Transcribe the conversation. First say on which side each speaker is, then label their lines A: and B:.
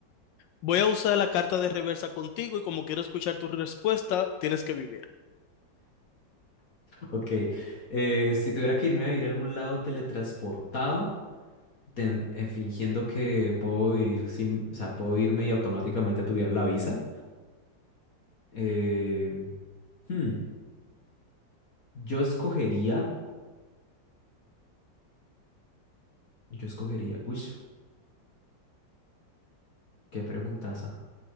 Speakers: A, on the left (about 80°); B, on the left (about 50°).
A: Voy a usar la carta de reversa contigo y como quiero escuchar tu respuesta, tienes que vivir.
B: Ok. Eh, si tuviera que irme a vivir a algún lado teletransportado, ten- eh, fingiendo que puedo vivir sin, o sea, puedo irme y automáticamente tuviera la visa. Eh, hmm, yo escogería, yo escogería, uy, qué preguntaza.